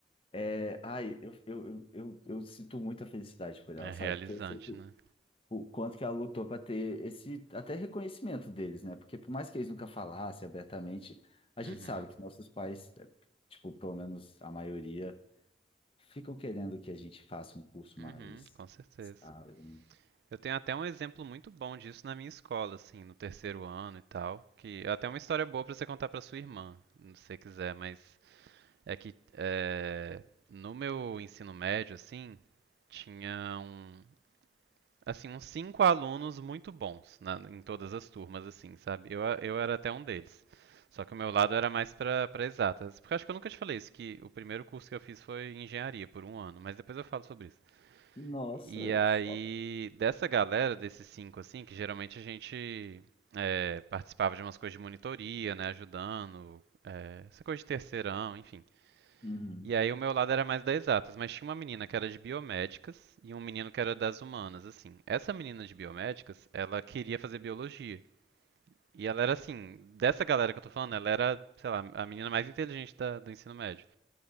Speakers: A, on the left; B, on the right.
A: é. Ai, eu, eu, eu, eu, eu sinto muita felicidade por ela,
B: É realizante,
A: sabe? Porque eu sei o
B: né?
A: o quanto que ela lutou para ter esse até reconhecimento deles, né? Porque por mais que eles nunca falassem abertamente, a
B: Uhum.
A: gente sabe que nossos pais, é, tipo, pelo menos a maioria Ficam querendo que a gente faça um curso
B: Uhum,
A: mais
B: com certeza.
A: estável.
B: Eu tenho até um exemplo muito bom disso na minha escola, assim, no terceiro ano e tal, que é até uma história boa pra você contar pra sua irmã, se você quiser, mas é que é, no meu ensino médio, assim, tinha um, assim, uns cinco alunos muito bons na- em todas as turmas, assim, sabe? Eu, a- eu era até um deles. Só que o meu lado era mais pra para exatas. Porque eu acho que eu nunca te falei isso, que o primeiro curso que eu fiz foi engenharia por um ano, mas depois eu falo sobre isso.
A: Nossa,
B: E aí,
A: choque.
B: dessa galera, desses cinco, assim, que geralmente a gente é, participava de umas coisas de monitoria, né, ajudando, é, essa coisa de terceirão, enfim.
A: Uhum.
B: E aí o meu lado era mais das exatas, mas tinha uma menina que era de biomédicas e um menino que era das humanas, assim. Essa menina de biomédicas, ela queria fazer biologia. E ela era assim, dessa galera que eu tô falando, ela era, sei lá, a menina mais inteligente da- do ensino médio.